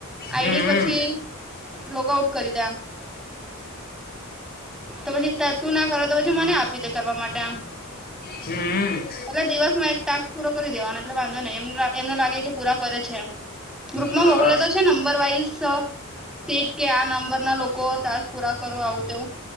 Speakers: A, in the centre; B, on the left.
A: આઈડી
B: હમ હમ
A: પછી- -લોગ આઉટ કરી દે એમ. તો પછી તું ના કરે તો પછી મને આપી દે કરવા માટે એમ.
B: હમ
A: એટલે દિવસમાં એક ટાસ્ક પૂરો કરી દેવાનો એટલે વાંધો નહી એમ એમને લાગે કે પૂરા કરે છે એમ. ગ્રુપમાં
B: હા
A: મોકલે તો છે નંબર વાઇસ સેટ કે આ- <unintelligible> -નંબરના લોકો ટાસ્ક પૂરા કરો આવું તેવું.